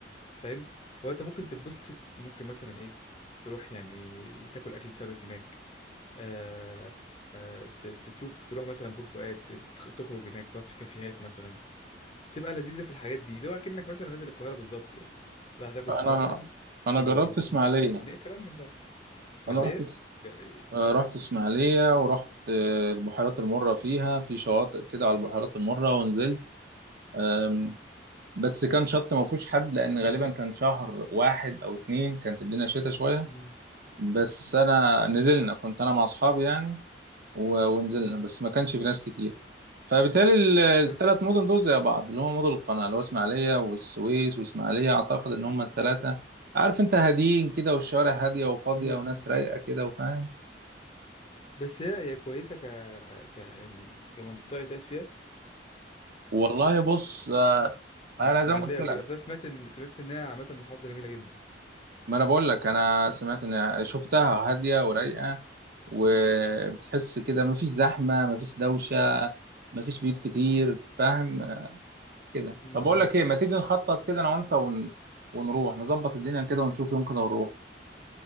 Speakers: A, on the left; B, on the right.
A: فاهم هو انت ممكن تتبسط ممكن مثلا ايه تروح يعني تاكل اكلة سمك هناك آه آه ت- تشوف تروح مثلا بور فؤاد تت- تخرج هناك تقعد في كافيهات مثلا بتبقى لذيذة في الحاجات دي لو اكنك مثلا نازل القاهرة بالظبط يعني رايح تاكل في
B: أنا
A: مطعم
B: أنا
A: و-
B: جربت
A: وتتمشى
B: إسماعيلية
A: على الكورنيش كلام من ده اسماعيلية
B: أنا رحت
A: آه،
B: آه، رحت اسماعيلية ورحت آه، البحيرات المرة فيها في شواطئ كده على البحيرات المرة ونزلت آم، بس كان شط ما فيهوش حد لأن غالبا كان شهر واحد أو اتنين كانت الدنيا شتا شوية
A: مم،
B: بس أنا نزلنا كنت أنا مع أصحابي يعني و- ونزلنا
A: مم.
B: بس ما كانش في ناس كتير فبالتالي ال- التلات
A: بس
B: مدن دول زي بعض اللي هو مدن القناة اللي هو اسماعيلية والسويس واسماعيلية أعتقد إن هما التلاتة عارف أنت هاديين كده والشوارع هادية وفاضية
A: مم،
B: وناس
A: مم.
B: رايقة كده وفاهم
A: بس هي هي كويسة ك... ك يعني كمنطقة تقعد فيها
B: والله بص آه،
A: الاسماعيليه
B: انا زي ما قلت
A: وكده
B: لك
A: اصل انا سمعت ان سمعت ان هي عامه محافظه جميله جدا
B: ما انا بقول لك انا سمعت ان شفتها هاديه ورايقه وبتحس كده مفيش زحمه مفيش دوشه مفيش بيوت كتير فاهم كده
A: امم
B: طب اقول لك ايه ما تيجي نخطط كده انا وانت ون... ونروح نظبط الدنيا كده ونشوف يوم كده ونروح